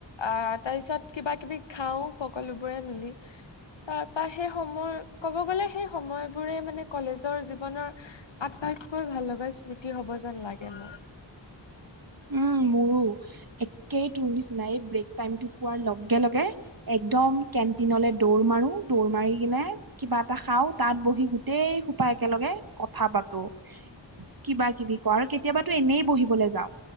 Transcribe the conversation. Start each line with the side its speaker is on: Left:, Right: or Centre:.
Left: আঁ তাৰপিছত কিবা-কিবি খাওঁ সকলোবোৰে মিলি। তাৰপৰা সেই সময় ক'ব গ'লে সেই সময়বোৰে মানে কলেজৰ জীৱনৰ আটাইতকৈ ভাল লগা স্মৃতি হ'ব যেন লাগে মোৰ।
Right: উম, মোৰো একেই তোৰ নিচিনা এই ব্ৰেক টাইমটো পোৱাৰ লগে লগে একদম কেণ্টিনলে দৌৰ মাৰো, দৌৰ মাৰি কিনে কিবা এটা খাওঁ। তাত বহি গোটেই সোপা একেলগে কথা পাতো।
Left: <inaudible>
Right: কিবা-কিবি কওঁ আৰু কেতিয়াবাতো এনেই বহিবলে যাওঁ।